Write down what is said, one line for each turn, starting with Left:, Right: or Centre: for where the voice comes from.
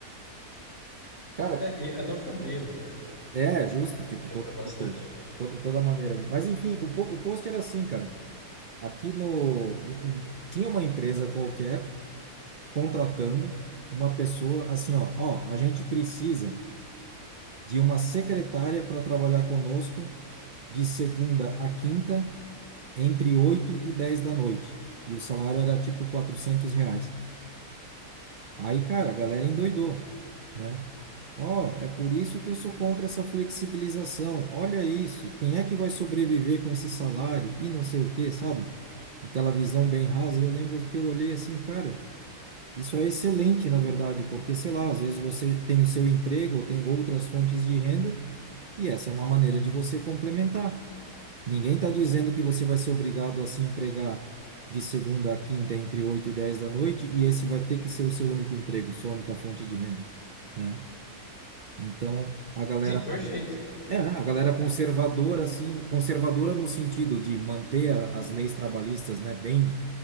Right: Cara,
Left: Né, e até o cabelo, né?
Right: é justo, tipo,
Left: Lembra
Right: to-
Left: bastante.
Right: to- toda, toda maneira ali. Mas enfim, o, po- o post era assim, cara. Aqui no. em- em- Tinha uma empresa qualquer contratando uma pessoa assim, ó. Ó, a gente precisa de uma secretária para trabalhar conosco de segunda a quinta, entre 8 e 10 da noite. E o salário era tipo 400 reais. Aí, cara, a galera endoidou, né? Ó, é por isso que eu sou contra essa flexibilização. Olha isso, quem é que vai sobreviver com esse salário e não sei o quê, sabe? Aquela visão bem rasa. E eu lembro que eu olhei assim, cara, isso é excelente, na verdade, porque, sei lá, às vezes você tem o seu emprego ou tem outras fontes de renda e essa é uma maneira de você complementar. Ninguém está dizendo que você vai ser obrigado a se empregar de segunda a quinta entre 8 e 10 da noite e esse vai ter que ser o seu único emprego, sua única fonte de renda, né? Então, a galera,
Left: Sim, perfeito.
Right: é, a galera conservadora assim, conservadora no sentido de manter a- as leis trabalhistas, né, bem